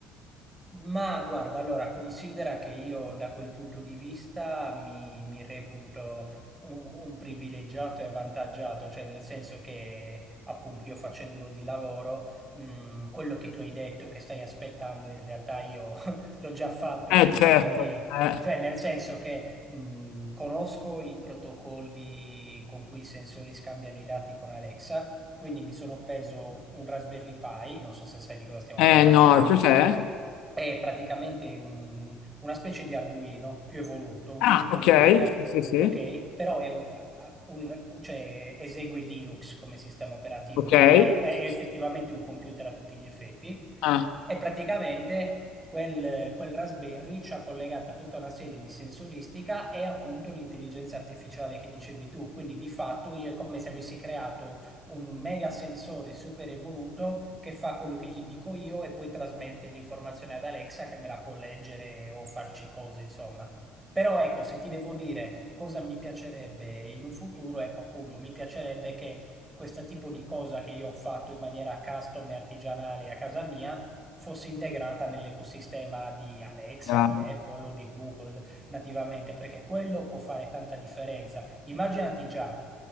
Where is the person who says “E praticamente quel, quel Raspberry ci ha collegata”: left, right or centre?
Right